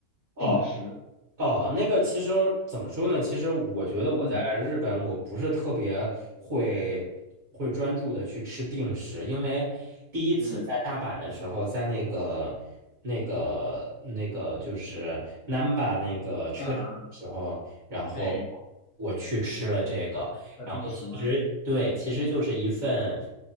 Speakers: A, on the right; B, on the left.
A: 哦。
B: 定时，
A: 哦，那个其实怎么说呢？其实我觉得我在日本，
B: 嗯
A: 我不是特别会会专注的去吃定食，因为第一次在大阪的时候，
B: 嗯
A: 在那个那个那个就是 Namba 那个车站的时候，
B: 嗯嗯，
A: 然后
B: 哎，
A: 我去吃了这个，
B: 叫定时吗？
A: 然后其实对，
B: 嗯嗯，
A: 其实就是一份